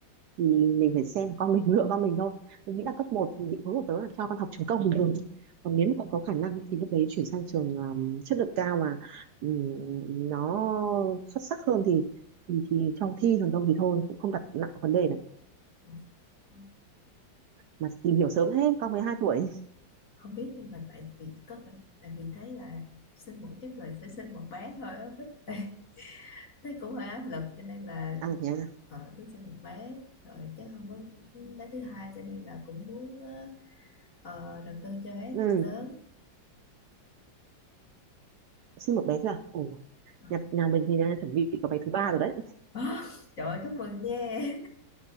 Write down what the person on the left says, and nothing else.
Ừ. ừ.
không biết nhưng mà tại vì có cảm tại vì thấy là sinh một chắc là sẽ sinh một bé thôi á Bích <laughs> thấy cũng hơi áp lực cho nên là
ờ, tôi sinh một bé rồi chắc không có bé thứ hai cho nên là cũng muốn ờ, ờ, đầu tư cho bé
từ sớm
Ờ.
<laughs> trời ơi, chúc mừng nha